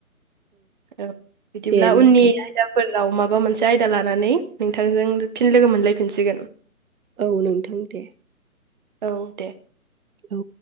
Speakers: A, on the right; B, on the right.
A: औ बिदिब्ला
B: दे नोंथां
A: उननिया उनफोराव माबा मोनसे आयदा लानानै नोंथांजों फिन लोगो मोनलायफिनसिगोन
B: औ नोंथां दे
A: औ दे
B: औ